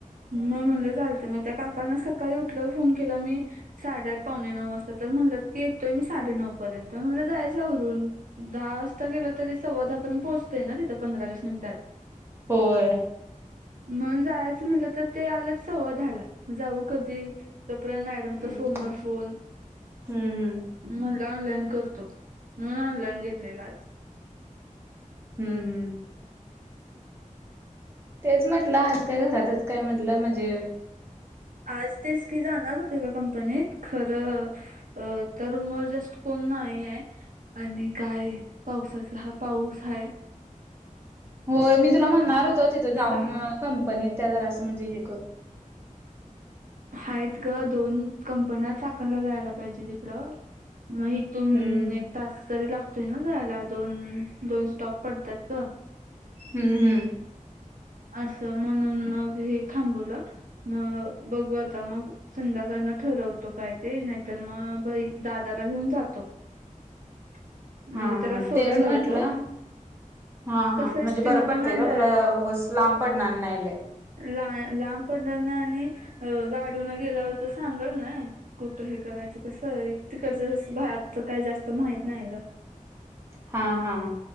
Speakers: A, on the right (about 80°); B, on the right (about 15°).
A: मग म्हणलं चालतं, मग त्या काकाना सकाळी उठल्याव फोन केला मी साडेआठ पावणे नऊ वाजता, तर म्हणलंत की येतोय मी साडेनऊ पर्यंत, म्हटलं जायच आवरून. दहा वाजता गेलं तरी, सव्वा दहापर्यंत पोहोचतय ना, तिथं पंधरा वीस मिनिटात.
B: होय
A: मग जायचं म्हटलं तर ते आलंच सव्वाधाला जाऊ कधी? तपर्यंत मॅडमचा
B: हम्म.
A: फोनवर फोन.
B: हम्म हम्म
A: म्हणलं ऑनलाईन करतो म्हणून ऑनलाइन घेतलेला आज
B: हम्म, हम्म तेच म्हटलं, आज काय घरातच काय, म्हटलं म्हणजे
A: आज तेच की, जाणार होते मी कंपनीत, खरं अ तर उमर जस्ट कोण नाही आहे आणि काय पावसाचा हा पाऊस हाय
B: होय मी तुला म्हणणार होत, तिथं जाऊन
A: असं
B: कंपनीत, त्या जरासं म्हणजे हे कर
A: हायत गं, दोन कंपण्या चाकणला जायला पाहिजे तिकडं मग इथून
B: हम्म
A: एक तास तरी लागतोय, ना जायला दोन दोन स्टॉप पडतात ग.
B: हम् हम्....
A: असं म्हणून मग हे थांबवलं मग बघू आता मग.. संध्याकाळणं ठरवतो काय ते नाहीतरमग भाई दादाला घेऊण जातो. <inaudible>
B: हा हा
A: सोडायला
B: तेच म्हटलं
A: होतो
B: हा
A: कसं
B: हा म्हणजे
A: एसटीनं
B: बरं
A: पण
B: पडतय
A: नाही जाय
B: ग तुला उगच. लांब पडणार नाय लय.
A: लां ला लांब पडणार नाय आणि अ अ गाडीने गेल्यावरती सांगल नाय. कुठं हे करायचं कसं तिकडच्या बाहेर तर काही जास्त माहीत नाय ग.
B: हा हा....